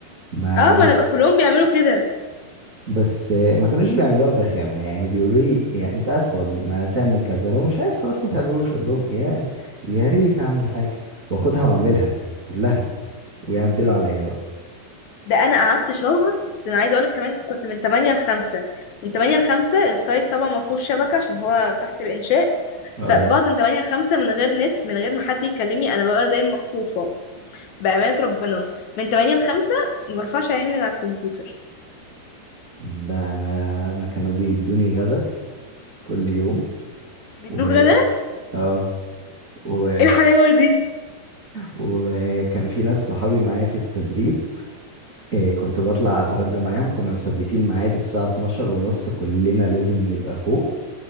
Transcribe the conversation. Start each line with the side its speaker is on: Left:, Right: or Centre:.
Right: ما
Left: اه ما أنا بقى- كلهم بيعملوا كده
Right: بس ما كانوش بيعملوها برخامة يعني بيقولوا لي يعني أنت قاعد فاضي ما تعمل كذا لو مش عايز خلاص ما تعملوش أقول لهم يا يا ريت أعمل حاجة وآخدها وأعملها كلها ويعدلوا عليا بقى
Left: ده انا قعدت شهر ده انا عايزه اقولك كمان كنت من 8 ل 5 من 8 ل 5 السايت طبعا ما فيهوش شبكه عشان هو تحت الانشاء
Right: اه
Left: فبقعد من 8 ل 5 من غير نت من غير ما حد يكلمني انا ببقى زي المخطوفه بامانه ربنا من 8 ل 5 ما برفعش عيني من على الكمبيوتر
Right: ده انا انا كانوا بيدوني غدا كل يوم
Left: بيدوك
Right: و
Left: غدا
Right: اه و...
Left: ايه الحلاوه دي
Right: وكان في ناس صحابي معايا في التدريب إيه كنت بطلع اتغدى معاهم كنا مثبتين ميعاد الساعة 12 ونص كلنا لازم نبقى فوق